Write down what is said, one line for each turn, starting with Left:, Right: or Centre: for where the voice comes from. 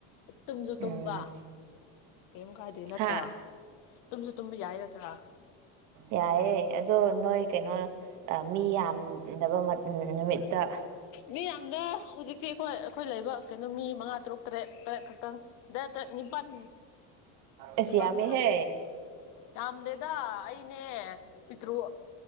Left: ꯇꯨꯝꯖꯁꯨ
Right: ꯎꯝ
Left: ꯇꯨꯝꯕ ꯀꯔꯤꯝ ꯀꯥꯏꯗꯦ ꯅꯠꯇ꯭ꯔꯥ
Right: ꯍꯥ
Left: ꯇꯨꯝꯁꯨ ꯇꯨꯝꯕ ꯌꯥꯏꯒꯗ꯭ꯔꯥ
Right: ꯌꯥꯑꯦ ꯑꯗꯣ ꯅꯣꯣꯏ ꯀꯦꯩꯅꯣ ꯃꯤ ꯌꯥꯝꯗꯕ ꯅꯨꯃꯤꯠꯇ
Left: ꯃꯤ ꯌꯥꯝꯅ ꯍꯧꯖꯤꯛꯇꯤ ꯍꯣꯏ ꯑꯩꯈꯣꯏ ꯂꯩꯕ ꯀꯩꯅꯣ ꯃꯤ ꯃꯉꯥ ꯇꯔꯨꯛ ꯇ꯭ꯔꯦꯠ ꯇ꯭ꯔꯦꯠ ꯇꯪ ꯗ ꯇꯅꯤꯄꯥꯜ
Right: ꯑꯁ
Left: ꯅꯤꯄꯥꯜ
Right: ꯌꯥꯝꯃꯦꯍꯦ
Left: ꯌꯥꯝꯝꯗꯦꯗ ꯑꯩ ꯅꯦ ꯄꯤꯇ꯭ꯔꯨ